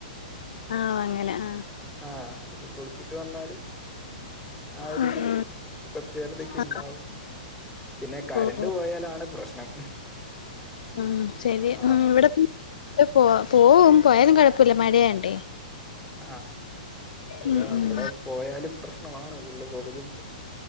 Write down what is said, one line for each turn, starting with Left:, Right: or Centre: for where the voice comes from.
Left: ആഹ് അങ്ങനെ ആഹ്.
Centre: ആഹ് ഇപ്പൊ കുളിച്ചിട്ട് വന്നാലും. ആഹ് ഒരിത്
Left: ഉം ഉം
Centre: കൊറച്ച് നേേരത്തേക്ക്
Left: ആഹ്
Centre: ഉണ്ടാവും. പിന്നെ കരണ്ട്
Left: ഓ ഓ
Centre: പോയാലാണ് പ്രശ്നം.
Left: ഉം ശരി
Centre: ആ
Left: ഉം ഇവിടെ പോ പോവും പോയാലും കുഴപ്പില്ല മഴയായണ്ടേ.
Centre: ആഹ് പക്ഷെ
Left: ഉം
Centre: അവിടെ
Left: ഉം
Centre: പോയാല് പ്രശ്ണമാണ് ഫുള്ള് കൊതുകും